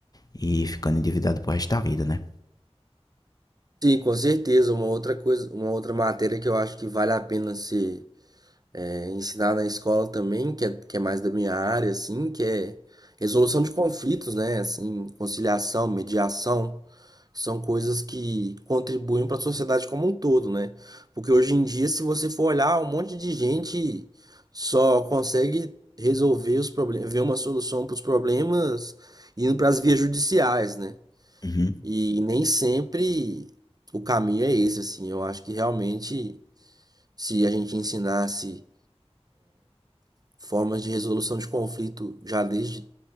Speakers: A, on the left; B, on the right.
A: e ficando endividado pro resto da vida, né?
B: Sim, com certeza. Uma outra coisa, uma outra matéria que eu acho que vale a pena ser É, ensinar na escola também, que é, que é mais da minha área, assim, que é resolução de conflitos, né? Assim, conciliação, mediação, são coisas que contribuem para a sociedade como um todo, né? Porque hoje em dia, se você for olhar, um monte de gente só consegue resolver os problemas, ver uma solução para os problemas indo para as vias judiciais, né?
A: Uhum.
B: E nem sempre o caminho é esse, assim. Eu acho que realmente, se a gente ensinasse formas de resolução de conflito já desde